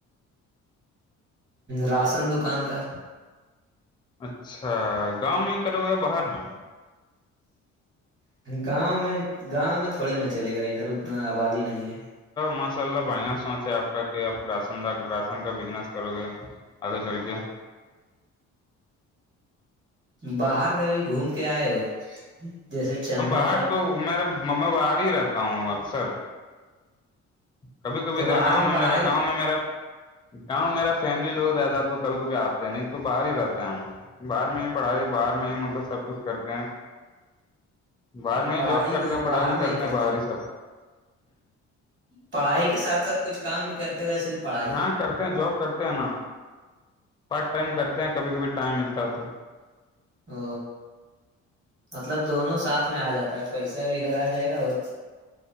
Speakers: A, on the right; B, on the left.
A: راشن دکان کا
B: اچھا گاؤں میں ہی کرو گے یا باہر میں
A: گاؤں میں گاؤں میں تھوڑے نہ چلے گا ادھر اتنا آبادی نہیں ہے
B: ماشاء اللہ بڑھیا سوچ ہے آپ کا کہ آپ راش راشن کا بزنس کرو گے اگے چل کے
A: باہر کبھی گھوم کے آئے ہو جیسے چنئی
B: باہر
A: طرف
B: تو میں باہر ہی رہتا ہوں اکثر کبھی کبھی
A: تو
B: ادھر
A: باہر
B: گاؤں میں
A: پڑھائی
B: میرا گاؤں میں میرا گاؤں میرا فیملی لوگ رہتا ہے تو کبھی کبھی آتے ہیں نہیں تو باہر ہی رہتے ہیں ہم بہر میں ہی پڑھائی بہر میں ہی مطلب سب کچھ کرتے ہیں باہر میں
A: پڑھائی
B: ہی جاب کرتے ہیں پڑھائی
A: باہر
B: بھی
A: میں
B: کرتے ہیں باہر
A: ہو
B: ہی سب
A: پڑھائی کے ساتھ ساتھ کچھ کام بھی کرتے ہو یا صرف پڑھائی
B: ہاں کرتے ہیں جاب کرتے ہیں نا پارٹ ٹائم کرتے ہیں کبھی کبھی ٹائم ملتا ہے تو
A: او مطلب دونوں ساتھ میں آ جاتا ہے پیسہ بھی ادھر آ جائے گا اور
B: ہ